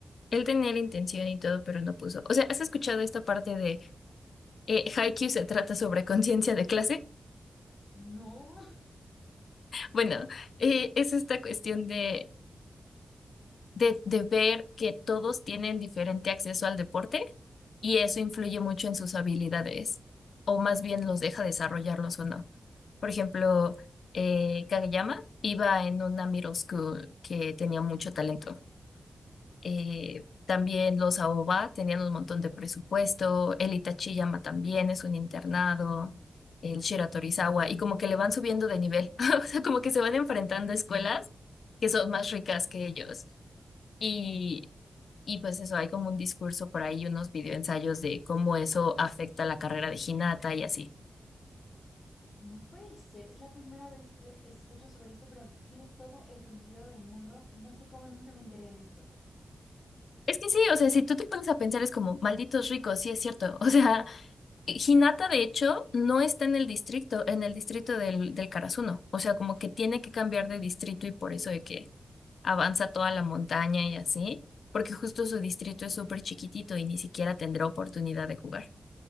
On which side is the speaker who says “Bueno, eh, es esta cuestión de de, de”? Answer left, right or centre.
Left